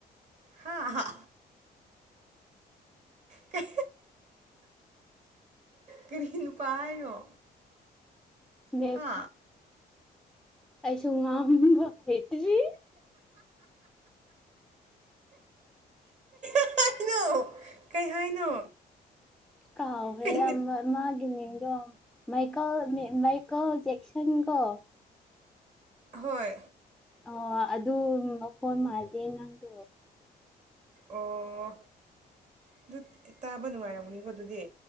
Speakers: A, on the right; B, in the centre.
A: ꯍꯥꯥ ꯀꯩ ꯀꯔꯤ ꯅꯨꯄꯥ ꯍꯥꯏꯅꯣ
B: ꯃꯦꯞ
A: ꯍꯥ
B: ꯑꯩꯁꯨ ꯉꯥꯡꯕ ꯍꯩꯇꯔꯦ꯫
A: ꯀꯩ ꯍꯥꯏꯅꯣ ꯀꯩ ꯍꯥꯏꯅꯣ
B: ꯀꯥꯎꯈ꯭ꯔꯦꯗ
A: ꯀꯩ
B: ꯃꯥꯒꯤ ꯃꯤꯡꯗꯣ ꯃꯥꯏꯀꯜ ꯃꯦ ꯃꯥꯏꯀꯜ ꯖꯦꯛꯁꯟꯒꯣ
A: ꯍꯣꯏ
B: ꯑꯧ ꯑꯗꯨ ꯃꯈꯣꯜ ꯃꯥꯜꯗꯦ ꯅꯪꯗꯣ
A: ꯑꯣ ꯑꯗꯨ ꯇꯥꯕ ꯅꯨꯡꯉꯥꯏꯔꯃꯅꯤꯀꯣ ꯑꯗꯨꯗꯤ